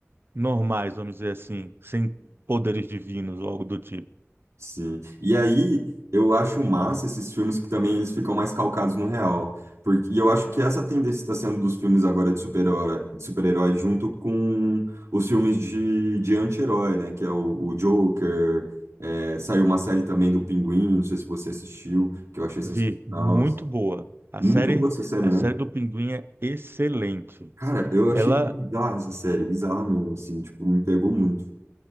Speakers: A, on the right; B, on the right.
A: normais, vamos dizer assim, sem poderes divinos ou algo do tipo.
B: Sim. E aí, eu acho massa esses filmes que também eles ficam mais calcados no real. Porque, e eu acho que essa tendência está sendo dos filmes agora de super-herói, de super-herói junto com os filmes de, de anti-herói, né? Que é o, o Joker. é, saiu uma série também do Pinguim, não sei se você assistiu, que eu achei sensacional.
A: Vi, muito boa. A
B: Muito
A: série,
B: boa essa série,
A: a
B: né?
A: série do Pinguim é excelente.
B: Cara, eu
A: Ela,
B: achei bizarra essa série, bizarra mesmo, assim, tipo, me pegou muito.